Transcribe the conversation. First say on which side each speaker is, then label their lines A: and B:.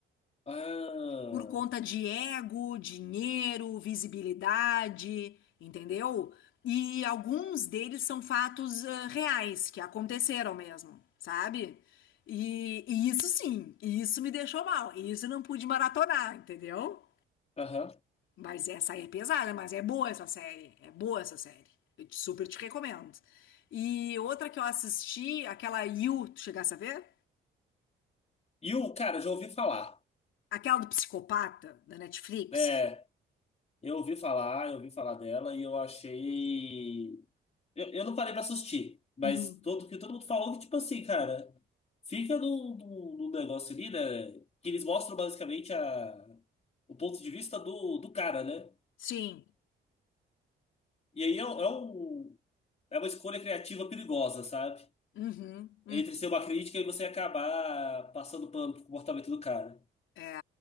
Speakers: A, on the left; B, on the left.
A: Ah,
B: por conta de ego, dinheiro, visibilidade, entendeu? E alguns deles são fatos ah, reais, que aconteceram mesmo, sabe? E, e isso sim, e isso me deixou mal, e isso eu não pude maratonar, entendeu?
A: aham.
B: Mas essa aí é pesada, mas é boa essa série, é boa essa série. Eu te- super te recomendo. E outra que eu assisti, aquela You, tu chegasse a ver?
A: E o cara, eu já ouvi falar.
B: Aquela do psicopata, da Netflix.
A: É, eu ouvi falar, eu ouvi falar dela e eu achei. Eu, eu não parei pra assistir, mas
B: Uhum.
A: todo que todo mundo falou que, tipo assim, cara, fica no, no, no negócio ali, né? Que eles mostram basicamente a, o ponto de vista do, do cara, né?
B: Sim.
A: E aí é, um- é, um, é uma escolha criativa perigosa, sabe?
B: Uhum, uhum.
A: Entre ser uma crítica e você acabar passando pano pro comportamento do cara.
B: É,